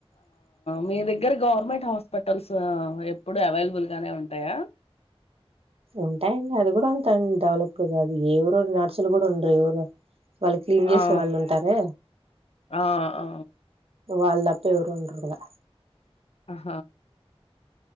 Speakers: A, on the left (about 75°); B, on the right (about 70°).
A: మీ దగ్గర గవర్నమెంట్ హాస్పిటల్స్ ఎప్పుడు అవైలబుల్గానే ఉంటాయా.
B: ఉంటాయండి అది కూడా అంతాంత డెవలపుడు కాదు ఏవరు నర్సులు కూడా ఉండరు ఎవరు. వాళ్ళు క్లీన్ చేసే
A: ఆ
B: వాళ్ళు ఉంటారే
A: ఆ ఆ
B: వాళ్ళ అంతోరు ఉండరు గద
A: ఆ